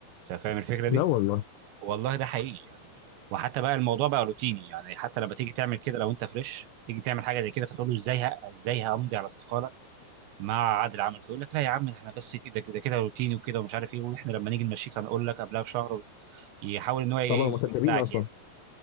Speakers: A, on the right (about 75°); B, on the left (about 80°).
A: انت فاهم الفكره
B: لا
A: دي
B: والله
A: والله ده حقيقي يعني وحتى بقى الموضوع بقى روتيني يعني حتى لما تيجي تعمل كده لو انت فريش تيجي تعمل حاجه زي كده فتقول له ازاي ه- ازاي همضي على استقاله مع عادل عمل فيقول لك لا يا عم احنا بس كده كده كده روتيني وكده ومش عارف ايه واحنا لما نيجي نمشيك هنقول لك قبلها بشهر و- يحاول ان هو ايه
B: طبعا هم صدقين
A: يخدعك
B: اصلا
A: يعني